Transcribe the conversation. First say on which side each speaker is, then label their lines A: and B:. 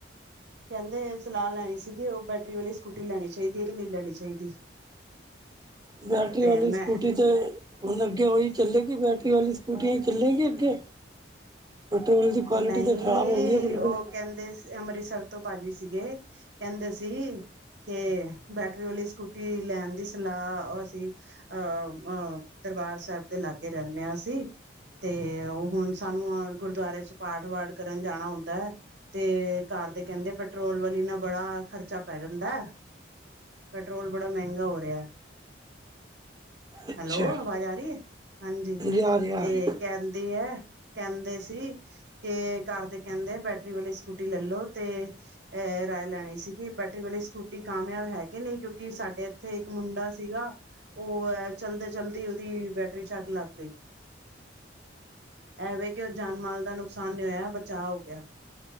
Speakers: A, on the right; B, on the right.
A: ਕਹਿੰਦੇ ਸਲਾਹ ਲੈਣੀ ਸੀਗੀ ਉਹ ਬੈਟਰੀ ਵਾਲੀ ਸਕੂਟੀ ਲੈਣੀ ਚਾਹੀਦੀ ਹੈ ਕਿ ਨਹੀਂ ਲੈਣੀ ਚਾਹੀਦੀ।
B: ਬੈਟਰੀ
A: ਤੇ
B: ਵਾਲੀ
A: ਮੈਂ
B: ਸਕੂਟੀ ਤੇ ਹੁਣ ਅੱਗੇ ਉਹੀ ਚੱਲੇਗੀ ਬੈਟਰੀ ਵਾਲੀ ਸਕੂਟੀ ਹੀ ਚੱਲੇਗੀ ਅੱਗੇ ਪੈਟਰੋਲ ਦੀ ਕੁਆਲਿਟੀ
A: ਨਹੀਂ
B: ਤਾਂ ਖ਼ਰਾਬ ਹੋ ਗਈ ਆ ਬਿਲਕੁਲ
A: ਉਹ ਕਹਿੰਦੇ ਅੰਮ੍ਰਿਤਸਰ ਤੋਂ ਭਾਜੀ ਸੀਗੇ ਕਹਿੰਦੇ ਸੀ। ਕੇ ਬੈਟਰੀ ਵਾਲੀ ਸਕੂਟੀ ਲੈਣ ਦੀ ਸਲਾਹ ਅਸੀਂ ਅਹਂ -ਅਹਂ ਦਰਬਾਰ ਸਾਹਿਬ ਦੇ ਲਾਗੇ ਰਹਿੰਦੇ ਹਾਂ ਅਸੀਂ ਤੇ ਉਹ ਹੁਣ ਸਾਨੂੰ ਗੁਰਦੁਆਰੇ 'ਚ ਪਾਠ ਵਾਠ ਕਰਨ ਜਾਣਾ ਹੁੰਦਾ। ਤੇ ਘਰ ਦੇ ਕਹਿੰਦੇ ਪੈਟਰੋਲ ਵਾਲੀ ਨਾਲ ਬੜਾ ਖਰਚਾ ਪੈ ਜਾਂਦਾ। ਪੈਟਰੋਲ ਬੜਾ ਮਹਿੰਗਾ ਹੋ ਰਿਹਾ।
B: ਅੱਛਾ
A: ਹੈਲੋ ਅਵਾਜ਼ ਆ ਰਹੀ ਹੈ ਹਾਂਜੀ
B: ਆ ਰਹੀ
A: ਤੇ
B: ਆ ਰਹੀ
A: ਕਹਿੰਦੀ ਹੈ ਕਹਿੰਦੇ ਸੀ ਕਿ ਕਰ ਦੇ ਕਹਿੰਦੇ ਬੈਟਰੀ ਵਾਲੀ ਸਕੂਟੀ ਲੱ ਲੋ ਤੇ ਅਹ ਰਾਏ ਲੈਣੀ ਸੀਗੀ ਬੈਟਰੀ ਵਾਲੀ ਸਕੂਟੀ ਕਾਮਯਾਬ ਹੈ ਕਿ ਨਹੀਂ ਕਿਉਂਕਿ ਸਾਡੇ ਇਥੇ ਇੱਕ ਮੁੰਡਾ ਸੀਗਾ। ਉਹ ਹੈ ਚਲਦੇ ਚਲਦੀ ਉਹਦੀ ਬੈਟਰੀ 'ਚ ਅੱਗ ਲੱਗ ਗਈ। ਐ ਵੇ ਕਿ ਉਹ ਜਾਨ ਮਾਲ ਦਾ ਨੁਕਸਾਨ ਨਹੀਂ ਹੋਇਆ ਬਚਾਅ ਹੋ ਗਿਆ।